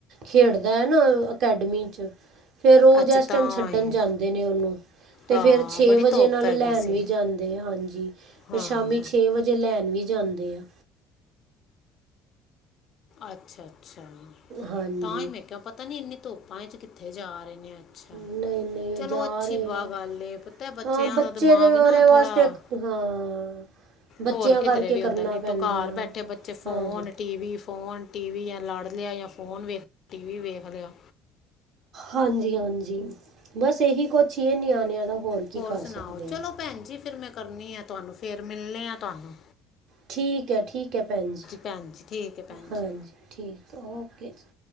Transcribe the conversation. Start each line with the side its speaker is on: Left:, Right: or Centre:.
Right: ਖੇਡਦਾ ਐਨਾ ਅਕੈਡਮੀ 'ਚ ਫੇਰ ਰੋਜ਼
Left: ਅੱਛਾ
Right: ਏਸ
Left: ਤਾਂ
Right: ਟਾਈਮ ਛੱਡਣ
Left: ਹੀ
Right: ਜਾਂਦੇ ਨੇ ਉਨੂੰ ਤੇ
Left: ਹਾਂ
Right: ਫੇਰ ਛੇ
Left: ਬੜੀ
Right: ਵਜੇ
Left: ਧੁੱਪ
Right: ਨਾਲ
Left: ਹੈਗੀ
Right: ਲੈਣ
Left: ਸੀ
Right: ਵੀ ਜਾਂਦੇ, ਹਾਂਜੀ
Left: ਹਾਂ
Right: ਫੇਰ ਸ਼ਾਮੀ ਛੇ ਵਜੇ ਲੈਣ ਵੀ ਜਾਂਦੇ ਆ।
Left: ਅੱਛਾ-ਅੱਛਾ
Right: ਹਾਂਜੀ
Left: ਤਾਂ ਹੀ ਮੈਂ ਕਿਹਾ ਪਤਾ ਨੀ ਇੰਨੀ ਧੋਪਾਂ ਇੰਚ ਕਿੱਥੇ ਜਾ ਰਹੇ ਨੇ? ਅੱਛਾ।
Right: ਨਹੀਂ ਨਹੀਂ
Left: ਚਲੋ
Right: ਉਹ ਜਾ
Left: ਅੱਛੀ
Right: ਰਹੇ
Left: ਬਾ
Right: ਆ
Left: ਗਾਲ ਏ ਪਤਾ ਏ, ਬੱਚਿਆਂ
Right: ਹਾਂ ਬੱਚੇ
Left: ਦਾ ਦਿਮਾਗ
Right: ਦੇ ਉਹਦੇ
Left: ਨਾ
Right: ਵਾਸਤੇ
Left: ਥੋੜ੍ਹਾ
Right: ਇੱਕ ਹਾਂ ਬੱਚਿਆਂ
Left: ਹੋਰ ਕਿਧਰੇ
Right: ਕਰਕੇ
Left: ਵੀ
Right: ਕਰਨਾ
Left: ਹੋੰਦਾ, ਨੀ
Right: ਪੈਂਦਾ
Left: ਤੋਂ ਘਾਰ
Right: ਆ
Left: ਬੈਠੇ ਬੱਚੇ phone
Right: ਹਾਂ
Left: TV, phone, TV, ਯਾ ਲੜ ਲਿਆ ਯਾ ਫੋਨ ਵੇਖ ਟੀ ਵੀ ਵੇਖ ਲਿਆ।
Right: ਹਾਂਜੀ-ਹਾਂਜ, ਬਸ ਏਹੀ ਕੋਛ ਹੀ ਏ ਨਿਆਣਿਆਂ ਦਾ। ਹੋਰ ਕੀ ਕਰ
Left: ਸੁਣਾਓ
Right: ਸਕਦੇ
Left: ਚਲੋ
Right: ਆਂ।
Left: ਭੈਣ ਜੀ ਫੇਰ ਮੈਂ ਕਰਨੀ ਆ ਤੁਵਾਨੂੰ ਫੇਰ ਮਿਲਣੇ ਆ ਤੁਵਾਨੂੰ।
Right: ਠੀਕ ਐ, ਠੀਕ ਐ ਭੈਣ ਜੀ।
Left: ਭੈਣ ਜੀ ਠੀਕ ਹੈ ਭੈਣ
Right: ਹਾਂਜੀ,
Left: ਜੀ
Right: ਠੀਕ ਓਕੇ ਜੀ।